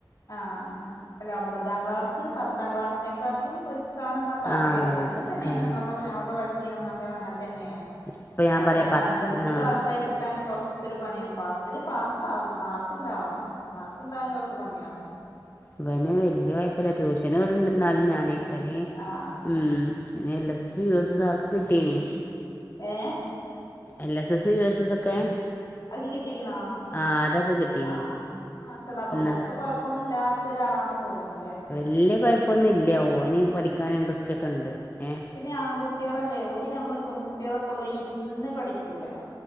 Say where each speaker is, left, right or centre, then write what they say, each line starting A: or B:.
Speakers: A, on the left (about 50°); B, on the left (about 25°).
A: ആഹ അല്ല ഒമ്പതാം ക്ലാസ് പത്താം ക്ലാസിനെക്കാട്ടിലും പോ പാടാണെന്നാ പറയല്
B: ആ റിസ്ക്കാണ്
A: അങ്ങനെ തന്നെയാണ് നമ്മളൊക്കെ ഞങ്ങളൊക്കെ പഠിച്ചീരുന്ന തൊക്കെ അങ്ങനെ തന്നെയാണ്
B: ഇപ്പം ഞാൻ
A: അപ്പം
B: പറയാം പത്ത്
A: ഒമ്പതിന്ന്
B: ആ
A: പാസ്സായി കിട്ടാന് കൊറച്ചൊരു പാടാണ് പ ഒത്തിരി പാസ്സാകും മാർക്ക് ഉണ്ടാവണം മാർക്ക് ഉണ്ടാകൻ കുറച്ച് പാടാണ്
B: അവന് വല്യ താല്പര്യമില്ല ട്യൂഷന് വിടുന്നുണ്ട് എന്നാലും ഞാന് അവനെ
A: ആഹ്
B: ഉ L S S U S S ഒക്കെ കിട്ടീയേ നി
A: ഏ
B: L S S U S S ഒക്കെ
A: അത്കിട്ടിക്കണോ
B: ആഹ് അതൊക്കെ കിട്ടീനി
A: ആഹ അപ്പൊ
B: ഇന്ന്
A: കൊറച്ച് കൊഴപ്പൊന്നും ഇല്ലാത്ത ഒരാളാണ് തോന്നണല്ലേ
B: വല്ിയ കൊഴപ്പൊന്നും ഇല്ല ഓന് പഠിക്കാൻ ഇൻട്രസ്റ്റ് ഒക്കെ ഉണ്ട് ഏഹ്
A: പിന്നെ ആൺകുട്ടികളല്ലേ ഓലി നമ്മള് പെൺകുട്ടികളെ പോലെ ഇരുന്ന് പഠിക്കൂല